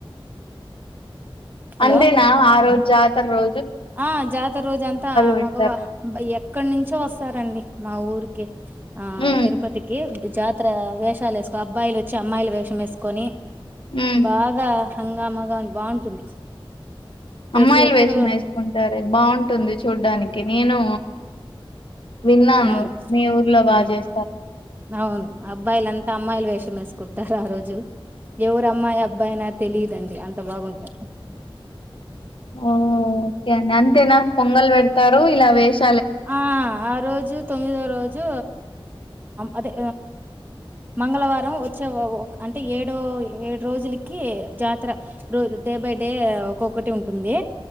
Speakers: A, on the right; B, on the left.
A: హలో
B: అందేనా ఆ రోజు జాతర రో
A: ఆ జాతర రోజు అంతా
B: పెడతారు
A: మగవా ఎ ఎక్కడ నుంచో వస్తారండి మా ఊరికి ఆ
B: ఉమ్
A: తిరుపతికి జాతర వేషాలు వేసుకొ అబ్బాయిలు వచ్చి అమ్మాయిలు వేషం వేసుకొని
B: ఉమ్
A: బాగా హంగామాగా బాగుంటుంది ప్రతి
B: అమ్మాయిల్
A: ఒక్కరు
B: వేసామావేసుకొని సరే బాగుంటుంది చూడ్డానికి నేను విన్నాను
A: ఉమ్
B: మీ ఊర్లో
A: ఉమ్
B: బాగా చేస్తారు
A: అవును అబ్బాయిలంతా అమ్మాయిలు వేషం వేసుకుంటారు ఆ రోజు ఎవరు అమ్మాయి అబ్బాయినా తెలిదండి అంత బాగుంటంది
B: ఓ ఓకే అండి అంతే నా పొంగల్ పెడతారు ఇలా వేసి
A: ఆ ఆ రోజు తొమ్మిదో రోజు అదే మంగళవారం వచ్చే అంటే ఏడు ఏడు రోజులకి జాతర ర డే బై డే ఒక్కొక్కటి ఉంటుంది